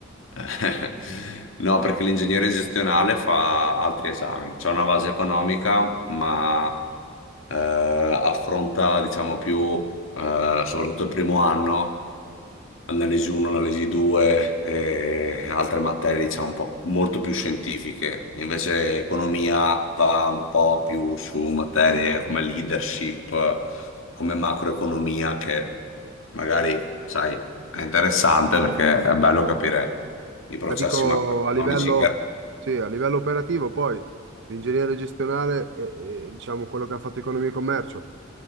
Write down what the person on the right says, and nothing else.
Ma dico
a livello,
sì, a livello operativo, poi l'ingegnere gestionale e, e, diciamo quello che ha fatto economia e commercio